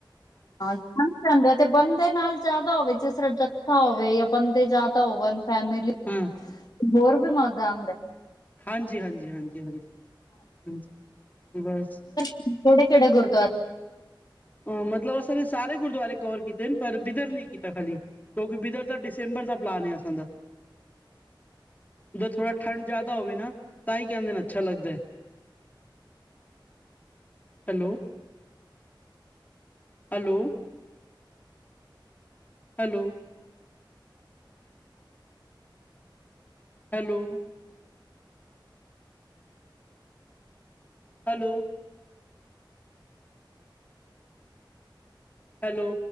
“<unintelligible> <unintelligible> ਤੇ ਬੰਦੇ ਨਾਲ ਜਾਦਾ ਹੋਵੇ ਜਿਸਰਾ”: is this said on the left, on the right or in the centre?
Left